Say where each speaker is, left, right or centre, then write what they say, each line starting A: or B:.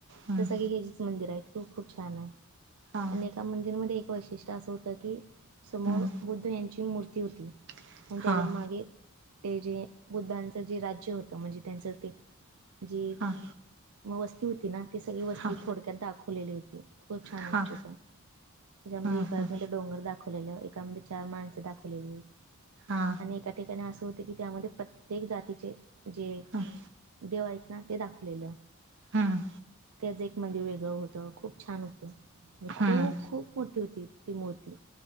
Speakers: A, on the right; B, on the right.
A: हम्म
B: हे गेजीच <unintelligible> मंदिर आहेत. खूप- खूप छान आहे.
A: हा
B: आणि एका मंदिरमध्ये एक वैशिष्ट्य असं होत की समोर
A: हम्म
B: बुद्ध यांची मूर्ती होती आणि
A: होती हां
B: त्याच्या मागे ते जे बुद्धांचं जे राज्य होतं म्हणजे त्यांचं ते जी
A: हां
B: म वस्ती होती ना ती सगळी वस्ती
A: हां
B: थोडक्यात दाखवलेली होती खूप छान
A: हां
B: होत तिथं. त्याच्यामध्ये
A: हां
B: एकामध्ये डोंगर दाखवलेलं, एकामध्ये चार माणसं दाखवलेली.
A: हा.
B: आणि एका ठिकाणी असं होत की त्यामध्ये प्रत्येक जातीचे जे
A: हां
B: देव हायत ना ते दाखवलेलं.
A: हम्म
B: तेज एक मंदिर वेगळं होतं, खूप छान होतं. आणि खूप
A: हम्म
B: -खूप मोठी होती ती मूर्ती.